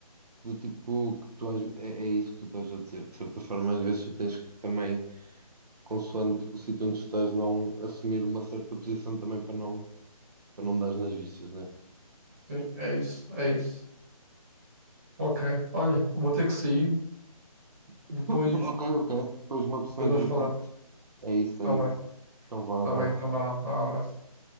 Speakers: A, on the right (about 80°); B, on the right (about 20°).
A: do tipo que tu às- é, é isso que tu estás a dizer. De certa forma, às vezes tu tens que também, consoante o sítio onde tu estás, não assumir uma certa posição também para não, para não dar nas vistas, né?
B: Sim, é isso, é isso. Ok. Olha, vou ter que sair. Depois,
A: <coughs> Ok, ok. Depois uma pessoa,
B: depois
A: entretanto.
B: nós falamos.
A: É isso,
B: Está
A: é
B: bem.
A: isso. Então vá,
B: Está
A: abraço.
B: bem. Então vá. Vá, abraço.